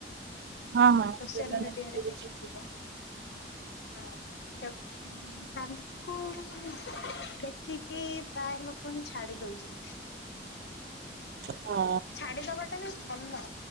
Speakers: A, on the right (about 65°); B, on the left (about 75°).
A: ହଁ ହଁ
B: ସୋସିଆଲ
A: ସେମାନେ
B: ମିଡିଆରେ
A: କରୁଛି
B: ଦେଖିଥିବ ହଁ <unintelligible> <unintelligible> ଦେଖିକି ପ୍ରାୟ ଲୋକ ହିଁ ଛାଡି ଦଉଚନ୍ତି।
A: ହଁ।
B: ଛାଡ଼ିଦେବାଟା ବି ଭଲ